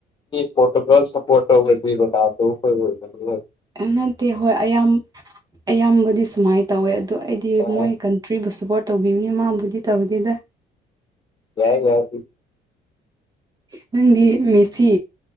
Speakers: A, on the left; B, on the right.
A: ꯐꯣꯇꯣꯒ꯭ꯔꯥꯐ ꯁꯄꯣꯇꯣ ꯑꯣꯏꯒꯕꯕꯗ ꯀꯣꯏ ꯑꯣꯏ
B: ꯅꯠꯇꯦ ꯍꯣꯏ ꯌꯥꯝꯌꯥꯝ ꯑꯌꯥꯝꯕꯗꯤ ꯁꯨꯃꯥꯏꯅ ꯇꯧꯋꯦ ꯑꯗꯣ ꯑꯩꯗꯤ
A: ꯑꯥ
B: ꯃꯣꯏ ꯀꯟꯇ꯭ꯔꯤꯕꯨ ꯁꯄꯣꯔꯠ ꯇꯧꯕꯤ ꯅꯦ ꯃꯥꯕꯨꯗꯤ ꯇꯧꯗꯦꯗ
A: ꯌꯥꯏ ꯌꯥꯏ
B: ꯅꯪꯗꯤ ꯃꯦꯁꯤ